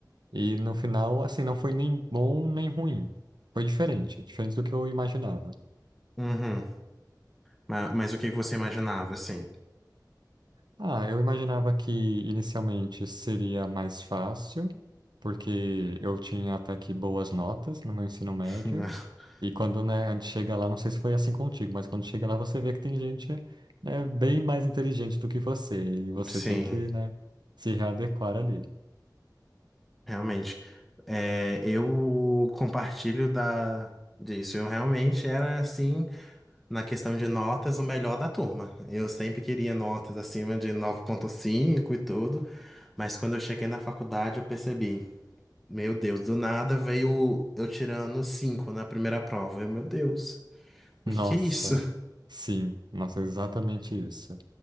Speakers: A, on the right (about 75°); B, in the centre.
A: E no final, assim, não foi nem bom nem ruim. Foi diferente, diferente do que eu imaginava.
B: Uhum. Ma- Mas, o que que você imaginava, assim?
A: Ah, eu imaginava que inicialmente seria mais fácil, porque eu tinha até aqui boas notas no meu ensino médio.
B: <laughs>
A: E quando, né, a gente chega lá, não sei se foi assim contigo, mas quando chega lá você vê que tem gente, né, bem mais inteligente do que você. E você
B: Sim.
A: tem que, né, se readequar ali.
B: Realmente. É, eu compartilho da, disso. Eu realmente era, assim, na questão de notas, o melhor da turma. Eu sempre queria notas acima de nove ponto cinco e tudo. Mas quando eu cheguei na faculdade, eu percebi, meu Deus, do nada veio eu tirando 5 na primeira prova. Eu, meu Deus, o
A: Nossa,
B: que que é isso? <laughs>
A: sim, nossa, exatamente isso.